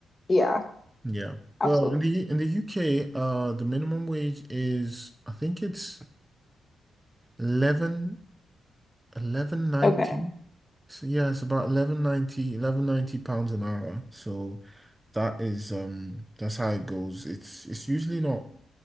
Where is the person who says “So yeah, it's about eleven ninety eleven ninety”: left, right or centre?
Right